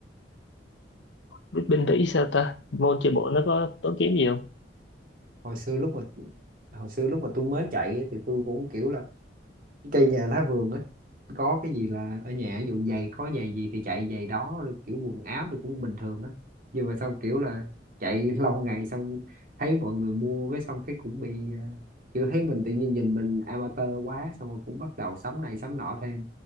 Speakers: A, on the left (about 85°); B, on the right (about 50°).
A: biết bên Mỹ sao ta môn chạy bộ nó có tốn kém gì không
B: hồi xưa lúc mà hồi xưa lúc mà tôi mới chạy ấy, thì tôi cũng kiểu là cây nhà lá vườn á có cái gì là ở nhà ví dụ giày có giày gì thì chạy giày đó rồi kiểu quần áo thì cũng bình thường á nhưng mà xong kiểu là chạy <laughs> lâu ngày xong thấy mọi người mua cái xong cái cũng bị ờ, kiểu thấy mình tự nhiên nhìn mình amateur quá xong rồi cũng bắt đầu sắm này sắm nọ thêm